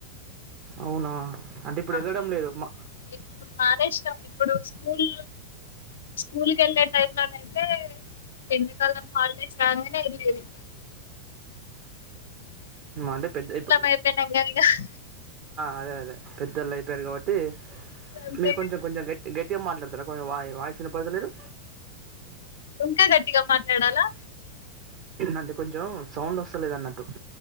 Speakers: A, on the right; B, on the left.
A: అవునా అంటే ఇప్పుడు
B: అవునండి
A: వెళ్ళడం లేదు మా
B: ఇప్పుడు నానే ఇష్టాం ఇప్పుడు స్కూల్ స్కూల్ క వెళ్ళే టై లోనైతే ఎండాకాలం హాలిడేస్ రానైనే వెళ్లేది
A: అంటే పెద్ద ఇప్పుడు
B: అయిపోయినాం కదా ఇగ
A: అదే అదే పెద్దోళ్ళు అయిపోయారు కాబట్టి తే
B: అంతే
A: మీరు కొంచెం
B: కదా
A: కొంచెం గట్టి గట్టి మాట్లాడతారా వాయిస్ విన్నపడుతలేరు
B: ఇంకా గట్టిగా మాట్లాడాలా
A: అంటే కొంచెం సౌండ్ వస్తలేద అన్నట్టు